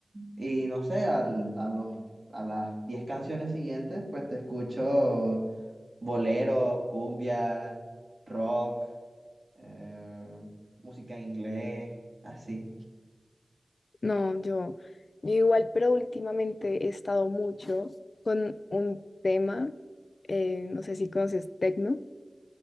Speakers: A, on the right (about 50°); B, on the left (about 70°).
A: y no sé, al- a los, a las 10 canciones siguientes, pues te escucho bolero, cumbia, rock, eh, música en inglés, así.
B: No, yo, yo igual, pero últimamente he estado mucho con un tema, eh, no sé si conoces tecno,